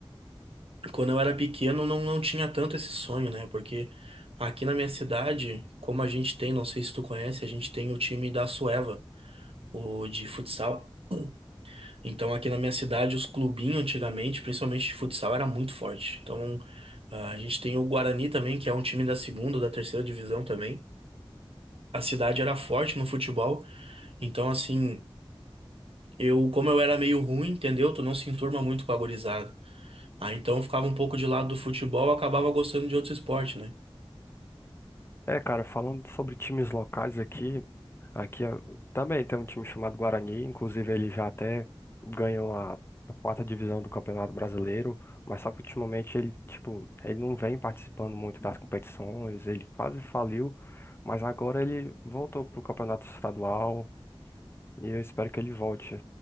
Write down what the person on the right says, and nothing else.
quando eu era pequeno não, não tinha tanto esse sonho, né? Porque aqui na minha cidade, como a gente tem, não sei se tu conhece, a gente tem o time da Sueva, o de futsal. Então, aqui na minha cidade, os clubinhos antigamente, principalmente de futsal, era muito forte. Então, a gente tem o Guarani também, que é um time da segunda, da terceira divisão também. A cidade era forte no futebol, então assim. Eu, como eu era meio ruim, entendeu? Tu não se enturma muito com a gurizada. Ah, então eu ficava um pouco de lado do futebol, eu acabava gostando de outro esporte, né?